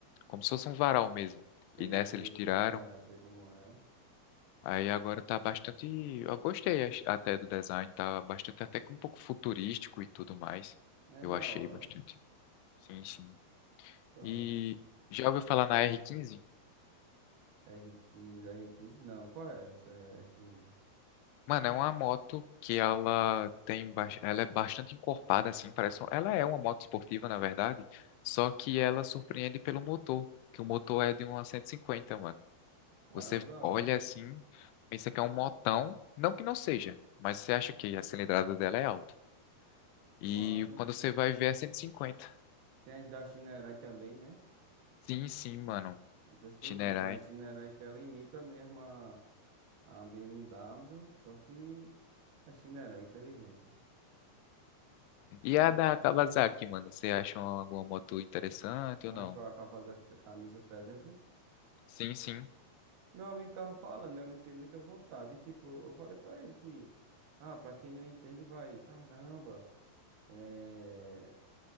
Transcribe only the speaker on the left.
como se fosse um varal mesmo.
E nessa
eles tiraram.
Aí agora tá bastante. Eu gostei ach- até do design, tá bastante até que um pouco futurístico e tudo mais.
Eu
achei
bastante. Sim, sim.
E já ouviu falar na R15?
Mano, é uma moto que ela tem, ba- ela é bastante encorpada assim, parece, um- ela é uma moto esportiva na verdade, só que ela surpreende pelo motor, que o motor é de uma 150, mano.
Você
olha
assim, pensa que é um motão, não que não seja, mas você acha que a cilindrada dela é alta. E
quando você vai ver é 150?
Sim, sim, mano.
Shinerai.
E a
da Kawasaki, mano, você acha alguma moto interessante
ou não?
Sim, sim.